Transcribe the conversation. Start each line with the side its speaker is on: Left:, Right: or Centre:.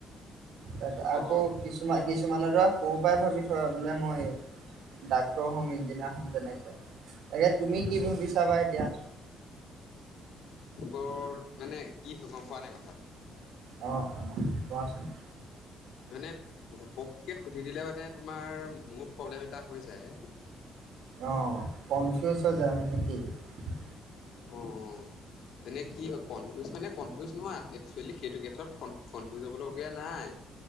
Right: তাৰ আকৌ
Left: অ
Right: কিছুমান কিছুমানৰ ধৰা সৰুৰ পৰাই ভাবি থয় বোলে মই ডাক্তৰ হ'ম, ইঞ্জিনিয়াৰ হ'ম তেনেকে। তাকে তুমি কি ভাবিছা বা এতিয়া?
Left: বৰ মানে কি হয় গম পোৱা নাই কথাটো।
Right: অ, অ। কোৱাচোন।
Left: এনে ঘপককে সুধি দিলে মানে তোমাৰ মোৰ প্ৰব্লেম এটা হৈ যায়।
Right: অ, কনফিউচ হৈ যায়। <unintelligible>
Left: অ, অ এনে কি কনফিউজ মানে কনফিউজ নহয়, একচুৱেলী সেইটো <unintelligible> কনফিউজ হবলগীয়া নাই,